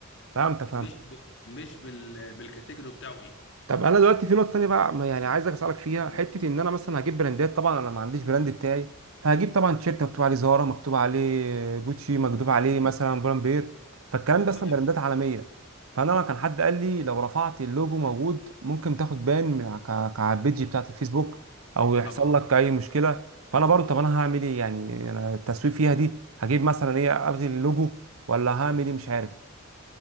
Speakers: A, on the right; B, on the left.
A: فهمت فهمت
B: مش ب... مش بال... بالكاتيجوري بتاعه ايه
A: طب انا دلوقتي في نقطه تانية بقى ما يعني عايزك اسالك فيها حته ان انا مثلا هجيب براندات طبعا انا ما عنديش براند بتاعي فهجيب طبعا تيشيرت مكتوب عليه زارا مكتوب عليه جوتشي مكتوب عليه مثلا بولمبير فالكلام
B: تمام
A: ده اصلا براندات عالميه فانا أنا كان حد قال لي لو رفعت اللوجو موجود ممكن تاخد بان من ع- ك- ك- على البيج بتاعت الفيسبوك او يحصل
B: طبعا
A: لك اي مشكله فانا برضو طب انا هعمل ايه يعني أنا التسويق فيها دي هجيب مثلا ايه الغي اللوجو ولا هعمل ايه مش عارف